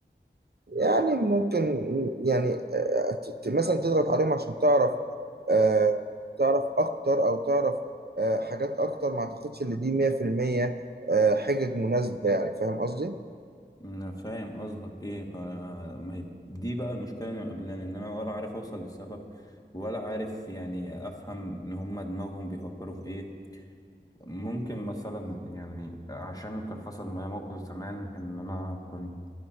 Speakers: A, on the right; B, on the left.
A: يعني ممكن يعني آه، ت- ت- مثلا تضغط عليهم عشان تعرف آه، تعرف اكتر او تعرف آه، حاجات اكتر ما اعتقدش ان دي 100% آه، حجج مناسبة يعني فاهم قصدي؟
B: انا فاهم قصدك ايه ف ما هي دي بقى المشكله اللي مقابلاني ان انا ولا عارف اوصل للسبب ولا عارف يعني افهم ان هم دماغهم بيفكروا في ايه ممكن مثلا يعني عشان كان حصل معايا موقف زمان ان انا كنت